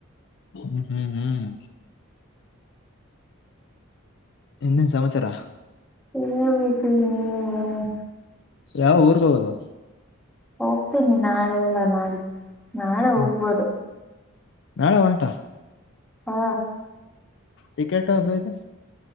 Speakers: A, on the left (about 60°); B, in the centre.
A: ಹ್ಮ ಹ್ಮ್ ಹ್ಮ್ ಇನ್ನೆನ್ ಸಮಾಚಾರ
B: ಹೇಳ್ಬೇಕು ನೀವೆ
A: ಯಾವಗ್ ಊರ್ಗೆ ಹೋಗೋದು
B: ಹೋಗ್ತೀನಿ ನಾಳೆ ಇಲ್ಲ ನಾಳಿದ್ದು ನಾಳೆ ಹೋಗ್ಬೋದು
A: ಹ್ಮ್ ನಾಳೆ ಉಂಟಾ
B: ಹಾ
A: ಟಿಕೆಟ್ ಅದು ಇದು